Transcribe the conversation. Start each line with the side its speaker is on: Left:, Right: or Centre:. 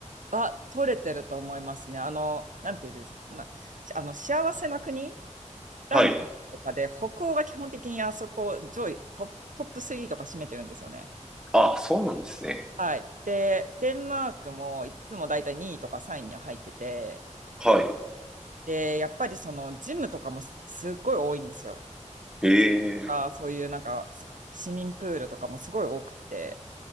Right: あ、取れてると思いますね。あの、なんていうんですな、あの、幸せな国ランキングとかで、
Centre: はい。
Right: 北欧が基本的にあそこ上位トップ、トップ3とか占めてるんですよね。
Centre: あ、そうなんですね。
Right: はい。で、デンマークもいつもだいたい2位とか3位には入ってて、
Centre: は
Right: で、やっぱりそのジムとかもす、すっごい多いんですよ。
Centre: い。へえ。
Right: とか、そういうなんかす市民プールとかもすごい多くて。